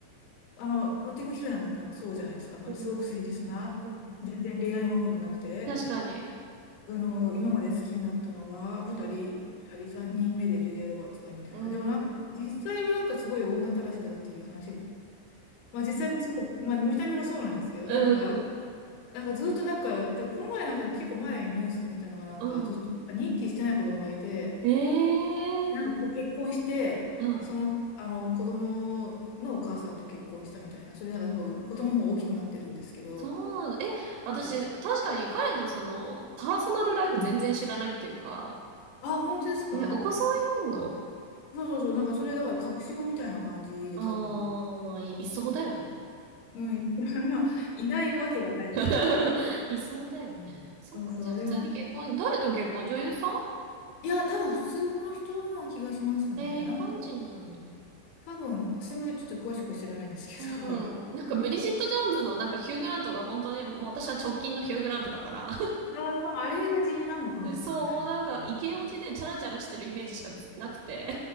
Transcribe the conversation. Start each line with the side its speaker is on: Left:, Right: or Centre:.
Left: あの、ノッティングヒルなんてなんかそうじゃないですか。なすごく誠実な。
Right: うん、うん、
Left: 全然恋愛も重くなくて。
Right: 確かに。
Left: あの、今まで好きになったのは、2人、
Right: うん、
Left: 2人、3人目でジュリア・ロバーツがみたいな。
Right: うん。
Left: でもなんか、実際はなんかすごい女たらしだっていう話。まあ実際もそう、まあ見た目もそうなんですけど、
Right: うん、
Left: なんか、なんかずっとなんか、だこの前なんかね結構前にニュースで見たのがなんかずっと認知してない子供がいて、
Right: うん。ええ
Left: なんか結婚して、
Right: うん。
Left: その、あの子供のお母さんと結婚したみたいな、それなんか多分子供も大きくなってるんですけど、
Right: そうなの。え、私、確かに彼のその、パーソナルライフ全然知らないっていうか、
Left: あ、本当ですか
Right: え、お子さんいるんだ。
Left: そうそうそう、なんかそれだから隠し子みたいな感じで多分、
Right: ああ、まあい、いそうだよね。
Left: うん、<laughs> まあ、いないわけはないですけどね。
Right: <laughs> いそうだよね。そっか、
Left: そうそう、
Right: じゃあ普通に結婚、
Left: でも、
Right: 誰と結婚女優さん
Left: いや、多分普通の人な気がしますね。
Right: えー、
Left: なんか、
Right: 一般人なんだ。
Left: 多分、私もちょっと詳しくは知らないんですけど、
Right: うん。なんかブリジット・ジョーンズのなんかヒュー・グラントが本当にもう私は直近のヒュー・グラントだから
Left: ああ、まあ、あれが地なのかもしれないですね。
Right: <laughs> そう、もうなんかイケオジでチャラチャラしてるイメージしかつなくて。